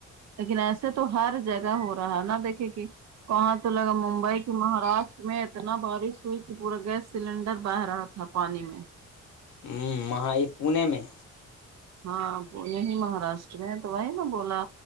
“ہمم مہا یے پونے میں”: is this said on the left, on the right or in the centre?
Left